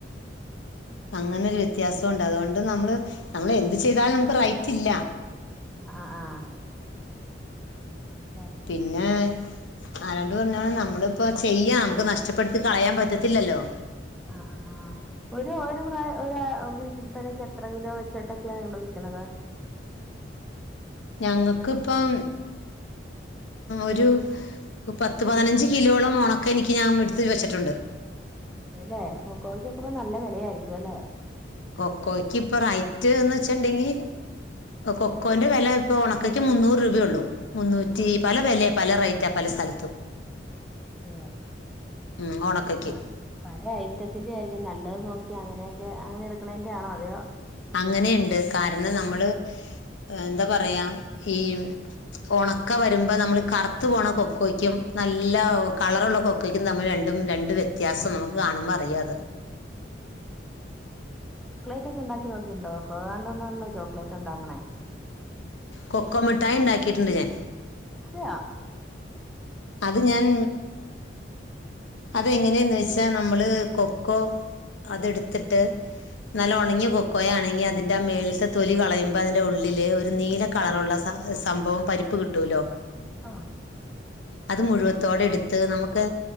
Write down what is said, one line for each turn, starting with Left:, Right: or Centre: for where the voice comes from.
Left: അങ്ങനെൊരു വ്യത്യാസം ഉണ്ട് അതുകൊണ്ട് നമ്മ നമ്മള് എന്ത് ചെയ്താലും നമുക്ക് റൈറ്റ്ല്ല
Centre: ആ് ആഹ് ആഹ് അതേല്ലേ
Left: പിന്നെ ആരാണ്ട് പറഞ്ഞോ നമ്മളിപ്പ ചെയ്യ നമുക്ക് നഷ്ടപ്പെടുത്തി കളയാൻ പറ്റത്തില്ലല്ലോ
Centre: ആഹഹ ഒരു ഒരു പ്രായ ഒ വീട്ടിൽപ്പനക്ക എത്ര കിലോ വെച്ചിട്ടൊക്കെയാണ് നിങ്ങള വിക്കണത്
Left: ഞങ്ങൾക്കിപ്പം ഒരു പത്ത് പതിനഞ്ച് കിലോളം ഉണക്ക എനിക്ക് ഞാൻ എടുത്ത് വെച്ചിട്ടുണ്ട്
Centre: അതേല്ലേ കൊക്കോയ്ക്കൊക്കെ ഇപ്പൊ നല്ല വിലയായിരിക്കും അല്ലേ
Left: കൊക്കോയ്ക്ക് ഇപ്പൊ റൈറ്റ്ന്ന് വെച്ചിണ്ടെങ്കി കൊക്കോന്റെ വില ഇപ്പൊ ഉണക്കക്ക് മുന്നൂറ് രൂപയള്ളൂ മുന്നൂറ്റി
Centre: ആഹ്
Left: പല വില പല റേറ്റാ പല സ്ഥലത്തും
Centre: അതെയ
Left: ഉം ഉണക്കയ്ക്ക്
Centre: ആ പല ഐറ്റത്തിന്റെ ആയിരിക്കും നല്ലത് നോക്കി അങ്ങനെയൊക്കെ അങ്ങനെ എടുക്കണന്റെ ആണോ അതെയോ
Left: അങ്ങനെയുണ്ട് കാരണം നമ്മള് എന്താ പറയാ ഈ ഉണക്ക വരുമ്പോ നമ്മൾ കറുത്ത് പോണ കൊക്കോയ്ക്കും നല്ല കളറുള്ള കൊക്കോയ്ക്കും തമ്മില രണ്ടും രണ്ടണ്ട് വ്യത്യാസം നമുക്ക് കാണുമ്പോൾ അറിയാത്
Centre: ക്കെ ഉണ്ടാക്കി നോക്കിണ്ടോ കൊണ്ടൊന്നല്ലോ ചോക്ലേറ്റ് ഉണ്ടാക്കണേ
Left: കൊക്കോമിഠായി ഉണ്ടാക്കിയിട്ടുണ്ട് ഞാൻ
Centre: അതെയോ
Left: അത് ഞാൻ അത് എങ്ങനെയന്ന് വച്ചാ നമ്മൾ കൊക്കോ അതെടുത്തിട്ട് നല്ല ഉണങ്ങി കൊക്കയാണെങ്കിൽ അതിന്റെ ആ മേളിലത്തെ തൊലി കളയുമ്പോ അതിന്റെ ഉള്ളില് ഒരു നീല കളറുള്ള സാ സംഭവം പരിപ്പ് കിട്ടൂലോ
Centre: ആഹ
Left: അത് മുഴുവത്തോടെ എടുത്ത് നമുക്ക്